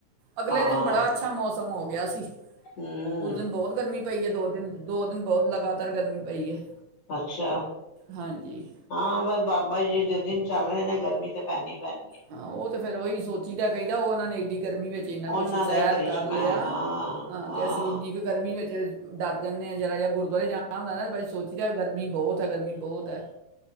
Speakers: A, on the right; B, on the left.
A: ਅਗਲੇ
B: ਹਾਂ
A: ਦਿਨ ਬੜਾ ਅੱਛਾ ਮੌਸਮ ਖ਼ਤਮ ਹੋ ਗਿਆ ਸੀ।
B: ਹੂੰ,
A: ਉਸ ਦਿਨ ਬਹੁਤ ਗਰਮੀ ਪਈ ਹੈ, ਦੋ ਦਿਨ ਦੋ ਦਿਨ ਬਹੁਤ ਲਗਾਤਾਰ। ਪਰ ਗਰਮੀ ਪਈ ਹੈ।
B: ਅੱਛਾ
A: ਹਾਂਜੀ
B: ਹਾਂ ਬਸ ਬਾਬਾ ਜ ਜੀ ਦੇ ਦਿਨ ਚਲ ਰਹੇ ਨੇ ਗਰਮੀ ਤੇ ਪੈਨੀ ਪੈਣ
A: ਹਾਂ ਉਹ ਤੇ ਫਿਰ ਉਹੀ ਸੋਚੀਦਾ ਕਹੀਦਾ ਉਹ ਉਹਨਾਂ ਨੇ ਇਡੀ ਗਰਮੀ ਵਿੱਚ ਇਨਾ
B: ਉਹਨਾਂ
A: ਕੁਝ ਸਹਿਨ
B: ਦਾ ਹੀ ਕਰਿਸ਼ਮਾ
A: ਕਰ ਲਿਆ
B: ਹੈ ਹਾਂ, ਹਾਂ,
A: ਤੇ ਅਸੀਂ ਇੰਨੀ ਕੁ ਗਰਮੀ ਵਿੱਚ ਡਰ ਜਾਂਦੇ ਨੇ ਜ਼ਰਾ ਰਿਹਾ ਗੁਰ ਉ ਜਾਣਾ ਹੁੰਦਾ ਨਾ ਬ ਸੋਚੀਦਾ ਜਾ ਗਰਮੀ ਬਹੁਤ ਹੈ ਗਰਮੀ ਬਹੁਤ ਹੈ।